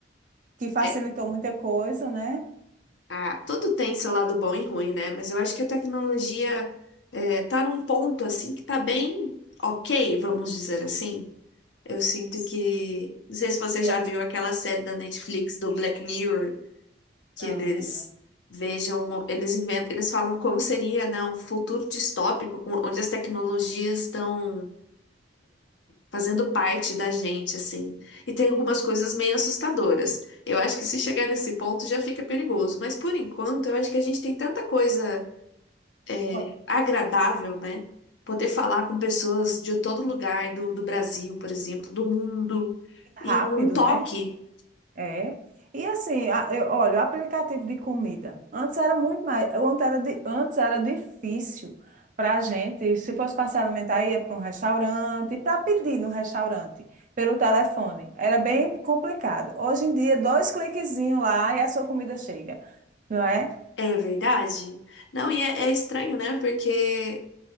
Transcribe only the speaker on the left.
É,
ah, tudo tem seu lado bom e ruim, né? Mas eu acho que a tecnologia é, tá num ponto assim que tá bem ok, vamos dizer assim. Eu sinto que. Não sei se você
já viu aquela série da Netflix do Black Mirror, que
eles
vejam, uma- eles inventam, eles falam como seria, né, um futuro distópico, com- onde as tecnologias estão fazendo parte da gente, assim. E tem algumas coisas meio assustadoras. Eu acho que se chegar nesse ponto já fica perigoso, mas por enquanto eu acho que a gente tem tanta coisa é,
agradável, né? Poder falar com pessoas de todo lugar do, do Brasil, por exemplo, do mundo,
em um toque.
É verdade? Não, e é, é estranho, né? Porque